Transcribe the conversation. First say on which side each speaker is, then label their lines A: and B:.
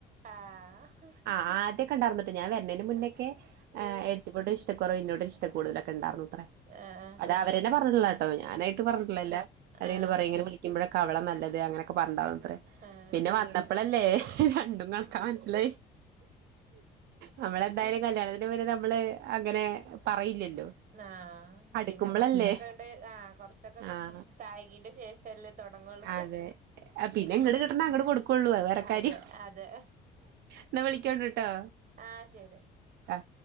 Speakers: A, on the right; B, on the right.
A: ആഹ്
B: ആ ആ ആദ്യൊക്കെ ഇണ്ടാർന്നുട്ടോ ഞാൻ വര്ണേന് മുന്നേക്കെ ഏ
A: ഉം
B: ഏട്ടത്തീമ്മനോട് ഇഷ്ട കൊറവ് ഇന്നോടൊരു ഇഷ്ടം കുടുതലൊക്കെ ഇണ്ടാർന്നു ത്രേ
A: ആഹ് ആഹ്
B: അവരന്നെ പറഞ്ഞിട്ട്ള്ളാട്ടോ ഞാനായിട്ട് പർഞ്ട്ട്ള്ളല്ലാ അവരിങ്ങനെ
A: ആഹ്
B: പറയും ഇങ്ങനെ വിളിക്കുമ്പഴൊക്കെ അവളാ നല്ലത് അങ്ങനെ ക്കൊ പ <unintelligible> ത്രേ
A: ആഹ്
B: പിന്നെ വന്നപ്പളല്ലേ രണ്ടും കണക്കാ മൻസ്സിലായി നമ്മളെന്തായാലും കല്യാണത്തിന് മുന്നെ നമ്മള് അങ്ങനെ പറയില്ലല്ലോ
A: ആഹ്
B: അടുക്കുമ്പളല്ലേ
A: പിന്നെ കൊർച്ചൊക്കങ്ങട്ട് ആ കൊർച്ചൊക്ക ഒന്ന്
B: ആഹ്
A: തായികീന്റെ ശേഷല്ലേ തൊട്ങ്ങോള്ളു
B: അതെ പിന്നെ
A: ഉം
B: ഇങ്ങട് കിട്ടണ അങ്ങട് കൊടുക്കുള്ളൂ അത് വേറെ കാര്യം
A: അതെ അതെ
B: എന്നാ വിളിക്കോണ്ടിട്ടോ
A: ആ ശരി
B: ആഹ്